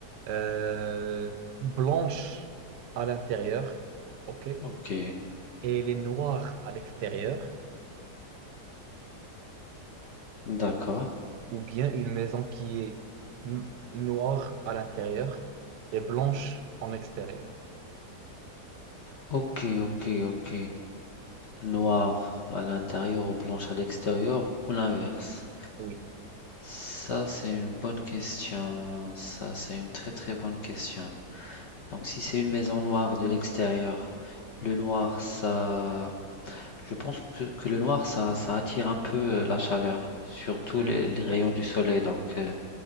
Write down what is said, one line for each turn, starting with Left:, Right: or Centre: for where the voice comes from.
Right: euh, blanche à l'intérieur, ok, et
Left: Ok.
Right: elle est noire à l'extérieur,
Left: D'accord.
Right: ou bien une maison qui est n- noire à l'intérieur et blanche en extérieur.
Left: Ok, ok, ok. Noir à l'intérieur ou blanche à l'extérieur ou l'inverse?
Right: Oui.
Left: Ça, c'est une bonne question. Ça, c'est une très très bonne question. Donc, si c'est une maison noire de l'extérieur, le noir, ça... Je pense que, que le noir, ça, ça attire un peu euh, la chaleur, surtout
Right: Hmm.
Left: les, les rayons du soleil. Donc, euh,